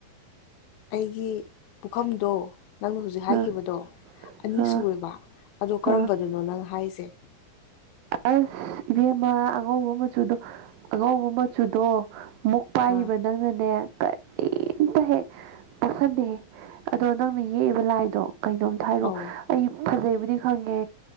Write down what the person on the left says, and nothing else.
ꯑꯩꯒꯤ ꯄꯨꯈꯝꯗꯣ ꯅꯪꯅ ꯍꯧꯖꯤꯛ ꯍꯥꯏꯈꯤꯕꯗꯣ
ꯑꯅꯤ
ꯁꯦꯕ ꯑꯗꯣ ꯀꯔꯝꯕꯗꯅꯣ
ꯅꯪ ꯍꯥꯏꯔꯤꯁꯦ
ꯑꯥ
ꯑꯧ